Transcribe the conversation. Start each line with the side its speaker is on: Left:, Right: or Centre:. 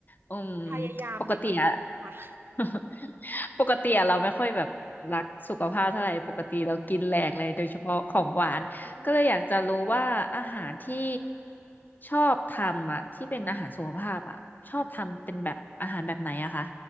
Left: อืม
Right: พยายามดีกว่าค่ะ
Left: ปกติอะ
Right: <laughs>
Left: <laughs> ปกติอะเราไม่ค่อยแบบรักสุขภาพเท่าไหร่ปกติเรากินแหลกเลยโดยเฉพาะของหวานก็เลยอยากจะรู้ว่าอาหารที่
Right: เออ
Left: ชอบทำอะที่เป็นอาหารสุขภาพอะชอบทำเป็นแบบอาหารแบบไหนอะคะ
Right: ื